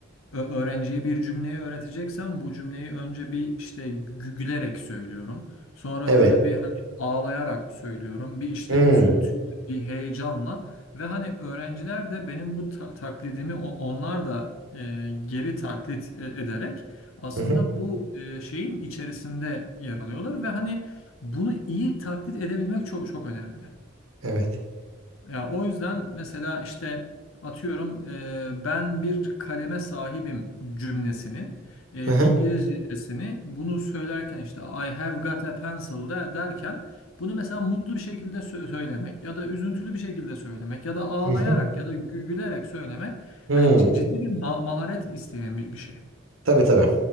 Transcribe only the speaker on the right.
evet.
Hmm,
Hı hı.
Evet.
Hı hı.
Hı hı.
Hmm.
Tabii tabii.